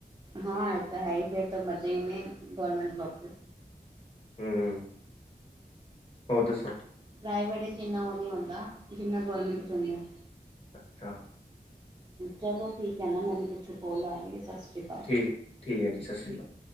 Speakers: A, on the right; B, on the left.
A: ਹਾਂ, ਇਹ ਤਾਂ ਹੈ ਹੀ ਫੇਰ ਤਾਂ ਮਜ਼ੇ ਹੀ ਨੇ ਗਵਰਮੈਂਟ ਜੌਬ
B: ਹੂੰ, ਹੋਰ ਦੱਸੋ?
A: ਪ੍ਰਾਈਵੇਟ ਚ ਇੰਨਾ ਉਹ ਨ ਹੁੰਦਾ ਜਿੰਨਾ ਗਰਮੈਂਟ ਚ ਹੁੰਦਾ।
B: ਅੱਛਾ,
A: ਚਲੋ ਠੀਕ ਹੈ ਨਾ ਮੈਨੂੰ ਪਿੱਛੋਂ ਕੋਲ ਆ ਰਹੀ ਹੈ ਸਤਿ ਸ਼੍ਰੀ ਅਕਾਲ।
B: ਠੀਕ ਠੀਕ ਹੈ ਜੀ ਸਤਿ ਸ਼੍ਰੀ ਅਕਾਲ